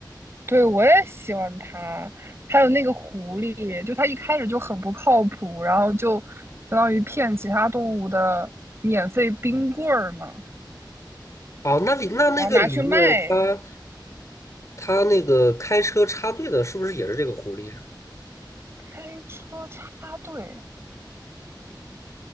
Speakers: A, on the right; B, on the left.
A: 对，我也喜欢它。还有那个狐狸，就它一开始就很不靠谱，然后就相当于骗其他动物的免费冰棍儿嘛，
B: 哦，那里那那个里面他
A: 然后拿去卖。
B: 他那个开车插队的，是不是也是这个狐狸啊
A: 开车插队，